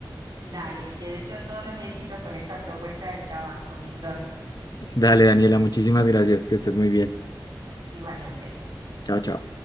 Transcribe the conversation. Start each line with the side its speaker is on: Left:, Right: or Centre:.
Right: Dale, y te deseo todos los éxitos con esta propuesta de trabajo, Víctor.
Left: Dale, Daniela, muchísimas gracias, que estés muy bien.
Right: Igualmente.
Left: Chao, chao.